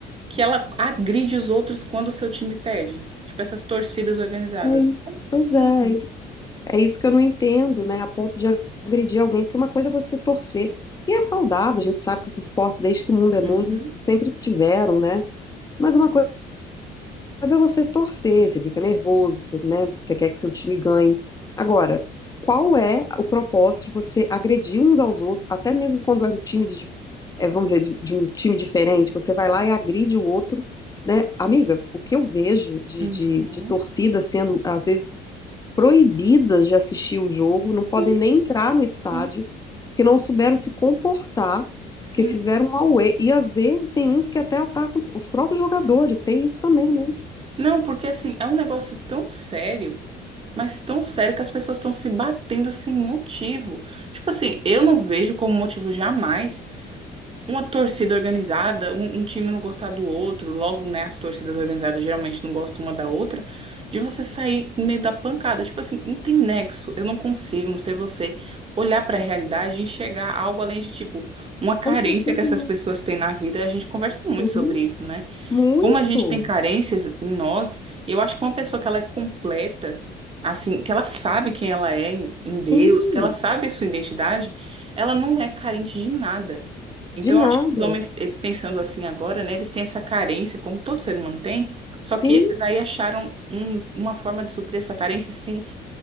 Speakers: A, on the right; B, on the left.
A: que ela agride os outros quando o seu time perde. Tipo essas torcidas organizadas.
B: é isso.
A: Como assim?
B: Pois é, é isso que eu não entendo, né? A ponto de agredir alguém, porque uma coisa é você torcer. E é saudável, a gente sabe que os esportes, desde que o mundo é mundo,
A: Uhum,
B: sempre tiveram, né? Mas uma coisa Mas é você torcer, você fica nervoso, você, né, você quer que seu time ganhe. Agora, qual é o propósito de você agredir uns aos outros, até mesmo quando é um time de, é, vamos dizer, de, de um time diferente, você vai lá e agride o outro, né? Amiga, o que eu vejo de,
A: uhum.
B: de, de torcidas sendo, às vezes, proibidas de assistir o jogo, não
A: Sim,
B: podem nem entrar no estádio,
A: sim,
B: porque não souberam se comportar,
A: sim.
B: porque fizeram um auê. E às vezes tem uns que até atacam os próprios jogadores, tem isso também, né?
A: Não, porque assim, é um negócio tão sério, mas tão sério que as pessoas estão se batendo sem motivo. Tipo assim, eu não vejo como motivo jamais uma torcida organizada, um, um time não gostar do outro, logo, né, as torcidas organizadas geralmente não gostam uma da outra, de você sair no meio da pancada. Tipo assim, não tem nexo, eu não consigo, não sei você olhar pra realidade e enxergar algo além de, tipo, uma
B: Com
A: carência
B: certeza
A: que essas
B: não.
A: pessoas têm na vida. A gente conversa
B: Sim,
A: muito sobre isso, né?
B: muito.
A: Como a gente tem carências em nós, eu acho que uma pessoa que ela é completa, assim, que ela sabe quem ela é em em Deus,
B: Sim,
A: que ela sabe a sua identidade, ela não é carente de nada. Então,
B: de nada.
A: eu acho que os homens, eh, pensando assim agora, né, eles têm essa carência, como todo ser humano tem, só
B: Sim,
A: que esses aí acharam um- uma forma de suprir essa carência se